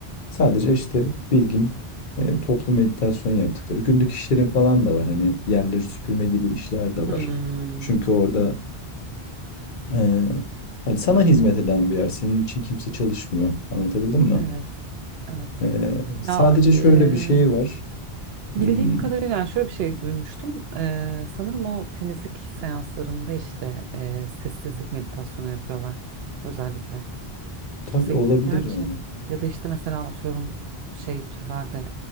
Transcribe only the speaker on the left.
Sadece işte bilgim e, toplu meditasyon yaptıkları. Günlük işlerin falan da var. Hani yerleri süpürme gibi işler de
var. Çünkü orada ee, yani sana hizmet eden bir yer. Senin için kimse çalışmıyor. Anlatabildim mi?
Ee, sadece
şöyle bir şey var.
Hmm,
tabii
olabilir
yani.